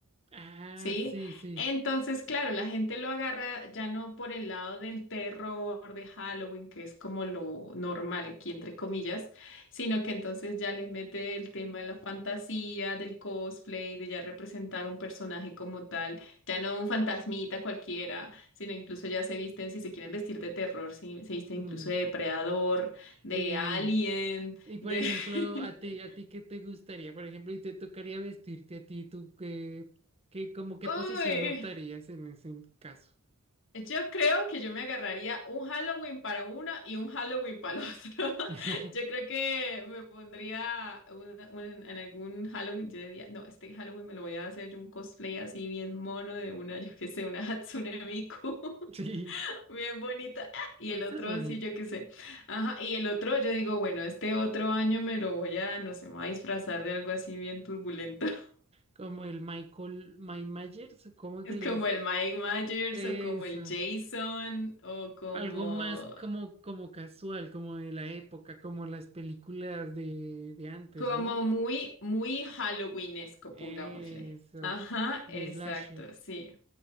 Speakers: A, on the right (about 30°); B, on the left (about 60°).
A: Ah,
B: ¿sí?
A: sí, sí.
B: Entonces, claro, la gente lo agarra ya no por el lado del terror de Halloween, que es como lo normal aquí, entre comillas, sino que entonces ya le mete el tema de la fantasía, del cosplay, de ya representar un personaje como tal, ya no un fantasmita cualquiera, sino incluso ya se visten, si se quieren vestir de terror, si- se visten
A: Mm.
B: incluso de depredador, de
A: Y
B: alien,
A: Y por
B: de...
A: ejemplo,
B: <laughs>
A: a ti, a ti qué te gustaría, por ejemplo, y te tocaría vestirte a ti, tú qué, qué, como qué
B: Uy,
A: posición optarías en ese caso.
B: Yo creo que yo me agarraría un Halloween para una y un Halloween para el otro. <laughs>
A: <laughs>
B: Yo creo que me pondría un- un- en algún Halloween, yo diría, no, este Halloween me lo voy a hacer yo un cosplay así bien mono de una, yo qué sé, una Hatsune Miku, <laughs>
A: Sí,
B: bien bonita. Ah, Y
A: eso
B: el otro,
A: es bonito.
B: sí, yo qué sé. Ajá, y el otro, yo digo, bueno, este otro año me lo voy a, no sé, me voy a disfrazar de algo así bien turbulento. <laughs>
A: Como el Michael, Mike Myers, ¿cómo
B: Es
A: que le
B: como
A: dice?
B: el Mike Myers
A: Eso.
B: o como el Jason o como...
A: Algo más como, como casual, como de la época, como las películas de, de antes,
B: Como
A: ¿no?
B: muy, muy Halloweenesco,
A: Eso.
B: pongámosle. Ajá, exacto,
A: De slasher.
B: sí.